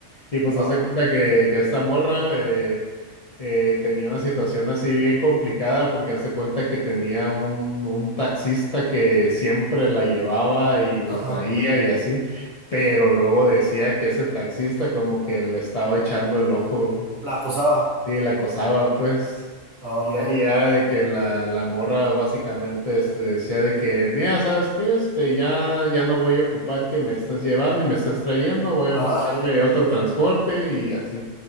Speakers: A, on the left; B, on the right.
A: Y pues
B: Ah,
A: hazte cuenta que, que esta morra, eh, eh, tenía una situación así bien complicada porque hace cuenta que tenía un, un taxista que siempre la llevaba y la
B: ajá.
A: traía y así, pero luego decía que ese taxista como que le estaba echando el ojo.
B: La acosaba.
A: Y la acosaba, pues.
B: Ah.
A: Y, y era de que la, la morra básicamente este, decía de que, mira, ¿sabes qué? Este, ya, ya no voy a ocupar que me estás llevando y me estás trayendo, voy a
B: Ah,
A: buscarme otro transporte y así.